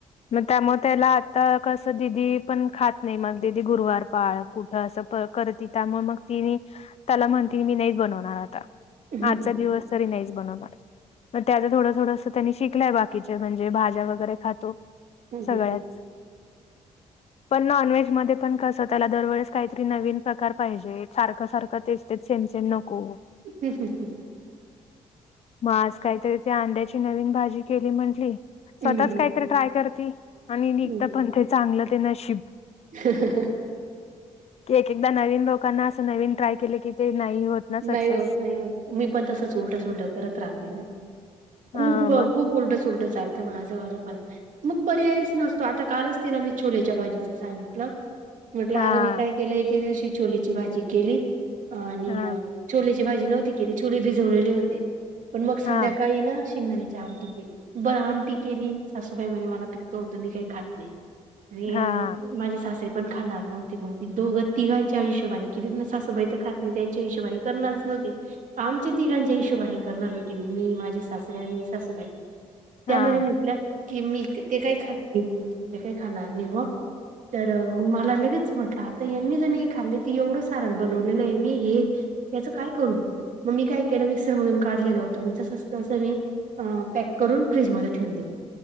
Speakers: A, on the left (about 50°); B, on the right (about 65°).
A: मग त्यामुळे त्याला आता कसं दिदी पण खात नाही मग दिदी गुरुवार पाळ कुठ असं करत त्यामुळे मग ती मी त्याला म्हणते मी नाहीच बनवणार आता
B: हं
A: आजचा
B: हं
A: दिवस तरी नाहीच बनवणार मग त्याचा थोड थोडस त्यांनी शिकलंय बाकीच्या म्हणजे भाज्या वगैरे खातो
B: हं
A: सगळ्याच.
B: हं हं हं
A: <inaudible> पण नॉनव्हेज मध्ये पण कस त्याला दरवेळेस काहीतरी नवीन प्रकार पाहिजे सारखं सारखं तेच तेच सेम सेम नको.
B: ह ह ह
A: मग आज काहीतरी ते अंड्याची नवीन भाजी केली म्हंटली. स्वतःच
B: हं हं
A: काहीतरी ट्राय करती आणि निघत
B: हं
A: पण ते चांगलं ते नशीब
B: <unintelligible>
A: की एक एकदा नवीन लोकांना असं नवीन ट्राय केले की ते नाही होत. ना सक्सेस
B: नाही होत नाही होत मी पण तसंच उलटं सुलटं करत राहते ना. खूप
A: हा मग
B: खूप उलट सुलट चालतं माझं वालं पण मग पर्यायच नसतो आता कालच तिला मी छोलेच्या भाजीच सांगितलं म्हटलं
A: हा
B: अग मी काय गेल्या एके दिवशी छोले ची भाजी केली आणि
A: हा
B: छोलेची भाजी न्हवती केली छोले भिजवलेले होते. पण मग
A: हा
B: संध्याकाळी ना शेंगदाण्याची आमटी केली बरं आमटी केली सासूबाई म्हणे मला पित्त होत मी काही खात नाही. आणि
A: हा
B: माझे सासरे पण खाणार न्हवते मग ते दोघं तिघांच्या हिशोबाने केली सासूबाई तर खात नाही त्यांच्या हिशेबाने. करणारस नव्हती. आमच्या तिघांच्या हिशोबाने करणार होती मी माझे सासरे आणि सासूबाई. त्यामले
A: हा
B: म्हटल्या की मी ते काय ते काही खात नाही मी काही खाणार नाही हा
A: <unintelligible>
B: तर मग मला लगेच म्हटलं आता यांनी ज हे खाल्ली त एवढं सारण बनवलेलं आहे मी हे याचं काय करू मग मी काय केलं मिक्सर मधून काढलेलं होतं तसच अस मी अ पॅक करून फ्रीजमध्ये ठेवून दिल.